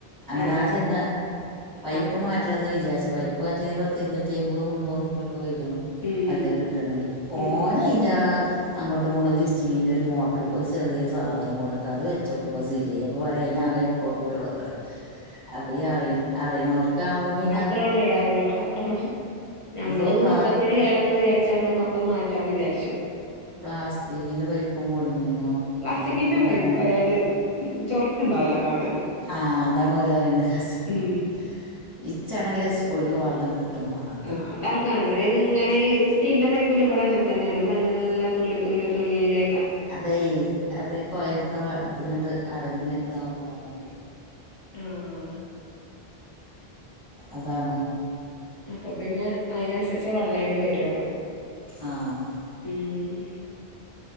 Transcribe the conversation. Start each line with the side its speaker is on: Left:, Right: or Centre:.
Right: അങ്ങനെ
Left: ആഹ്
Right: ആ ചങ്ങ പൈപ്പ്
Left: അതന്നെ
Right: മാറ്റണംന്ന് വിചാരിച്ച പൈപ്പ് മാറ്റ്പന്ന് എറ്റ്പത് മുന്നൂറുപ്യ ഒക്കെ വരും
Left: ഉം
Right: നല്ല കിട്ടണെങ്കിൽ ഓന
Left: ഉം ഉം
Right: അയിന്റെ ആ അങ്ങോട്ടും ഇങ്ങട്ടും തിരിച്ച് അയിന്റെ ഒരു മോട്ടർ ചെറിയ സാധന കൊണ്ടോന്ന്‌ട്ട് അത് വെച്ചോക്ക്സാ ശരിയായി അപ്പോ വരെ അതിന് ആകെ പ്യ ഉള്ളൂ അത്രേ അത് അറിനോൽ കാവുമ്പൊ പി
Left: അത്ര ഉള്ളൂ അറിനോൽക്ക് അത്ര മതി നമ്മ
Right: എന്നിട്ട് ഓൻ
Left: ഇത്
Right: പ്ലാ
Left: മൊത്തത്തിന് കേടന്ന് വിചാരിച്ച മൊത്തം മാറ്റാന്ന് വിചാരിച്ചു
Right: പ്ലാസ്റ്റിക്കിന്റെ പൈപ്പും കൊടുന്നീന്നു
Left: പ്ലാസ്റ്റിക്കിന്റെ
Right: അപ്പൊ പിന്നെ
Left: പൈപ്പായാല്
Right: അങ്ങെ
Left: ഉം ചൊറുക്കുണ്ടാവൂലാ കാണാന്
Right: ആ അതാണ് ഓല അറിയുന്ന രസം ഉണ്ടാവ
Left: ഉം
Right: ഇച്ചാണങ്കി സ്‌പീട്‌ല് വെള്ളം കിട്ടുമാണം
Left: ആഹ് എല്ലാർക്കും അങ്ങ ഇത് ഇങ്ങനെ ഈ സ്റ്റീലിന്റെ പൈപ്പിൽ ഇവിടെ അങ്ങനെ തന്നെയാണ് മെല്ലെ തുള്ളി തുള്ളി തുള്ളി
Right: അതെ അത് കോയയില്ത്തെ ഇത് ങ്ങട്ട് അടഞ്ഞ് ഇതാവുമ്പോഴാണ് അതേ
Left: ആഹ്
Right: അതാണ്
Left: അപ്പൊ പിന്നെ അതിനനുസരിച്ചേ വെള്ള അയില്‌ വരുള്ളൂ
Right: ആഹ്
Left: ഉം